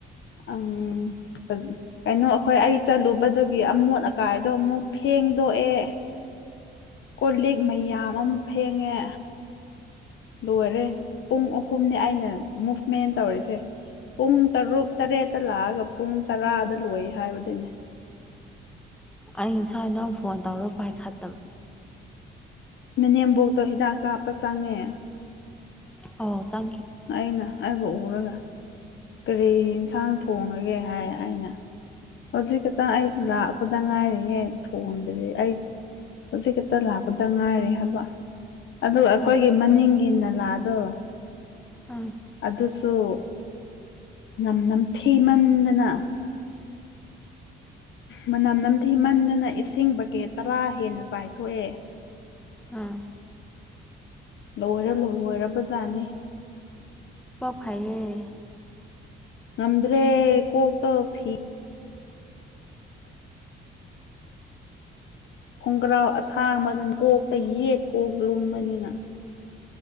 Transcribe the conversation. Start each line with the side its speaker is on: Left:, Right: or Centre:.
Left: ꯎꯝ ꯀꯩꯅꯣ ꯑꯩꯈꯣꯏ ꯑꯩ ꯆꯠꯂꯨꯕꯗꯨꯒꯤ ꯑꯃꯣꯠ ꯀꯥꯏꯗꯣ ꯑꯃꯨꯛ ꯐꯦꯡꯗꯣꯛꯑꯦ ꯀꯣꯂꯦꯛ ꯃꯌꯥꯝ ꯑꯃ ꯐꯦꯡꯉꯦ ꯂꯣꯏꯔꯦ ꯄꯨꯡ ꯑꯍꯨꯝꯅꯤ ꯑꯩꯅ ꯃꯨꯚꯃꯦꯟ ꯇꯧꯔꯤꯁꯦ ꯄꯨꯡ ꯇꯔꯨꯛ ꯇꯔꯦꯠꯇ ꯂꯥꯛꯑꯒ ꯄꯨꯡ ꯇꯔꯥꯗ ꯂꯣꯏ ꯍꯥꯏꯕꯗꯨꯅꯦ
Centre: ꯑꯩ ꯉꯁꯥ ꯅꯪ ꯐꯣꯟ ꯇꯧꯔ ꯄꯥꯏꯈꯠꯦ
Left: ꯅꯅꯦꯝꯕꯣꯛꯇꯣ ꯍꯤꯗꯥꯛ ꯀꯥꯞꯄ ꯆꯪꯉꯦ
Centre: ꯑꯣ ꯆ
Left: ꯑꯩꯅ ꯑꯩꯕꯨ ꯎꯔꯒ ꯀꯔꯤ ꯌꯦꯟꯁꯥꯡ ꯊꯣꯡꯉꯒꯦ ꯍꯥꯏ ꯑꯩꯅ ꯍꯧꯖꯤꯛ ꯇꯪ ꯑꯩ ꯂꯥꯛꯄꯗ ꯉꯥꯏꯔꯤꯌꯦꯦ ꯊꯣꯡꯗ꯭ꯔꯤꯦ ꯑꯩ ꯍꯧꯖꯤꯛ ꯈꯛꯇ ꯂꯥꯛꯄꯗ ꯉꯥꯏꯔꯦ ꯍꯥꯏꯕ ꯑꯗꯨꯒ ꯑꯩꯈꯣꯏꯒꯤ
Centre: ꯎꯝ
Left: ꯃꯅꯤꯡꯒꯤ ꯅꯂꯥꯗꯣ
Centre: ꯎꯝ
Left: ꯑꯗꯨꯁꯨ ꯅꯝ ꯅꯝꯊꯤꯃꯟꯗꯅ ꯃꯅꯝ ꯅꯝꯊꯤ ꯃꯗꯅ ꯏꯁꯤꯡ ꯕꯀꯦꯠ ꯇꯔꯥ ꯍꯦꯟꯅ ꯆꯥꯏꯊꯣꯛꯑꯦ
Centre: ꯑꯝ
Left: ꯂꯣꯏꯔꯣꯏ ꯂꯣꯏꯔꯕꯖꯥꯠꯅꯦ
Centre: ꯇ ꯐꯩ
Left: ꯉꯝꯗ꯭ꯔꯦ ꯀꯣꯛꯇꯣ ꯐꯤ ꯈꯣꯡꯒ꯭ꯔꯥꯎ ꯑꯁꯥꯡꯕꯗꯨꯅ ꯀꯣꯛꯇ ꯌꯦꯠ ꯀꯣꯛ ꯂꯨꯝꯕꯅꯤꯅ